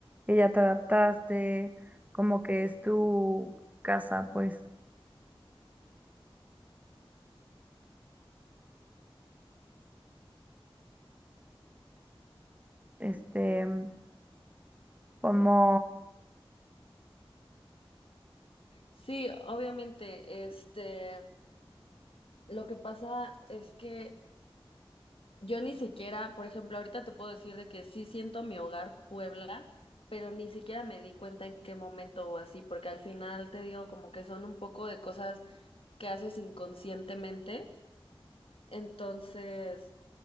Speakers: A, on the right; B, on the left.
A: que ya te adaptaste, como que es tu casa, pues, este, como,
B: Sí, obviamente, este, lo que pasa es que Yo ni siquiera, por ejemplo, ahorita te puedo decir de que sí siento mi hogar Puebla, pero ni siquiera me di cuenta en qué momento o así, porque al final te digo como que son un poco de cosas que haces inconscientemente. Entonces,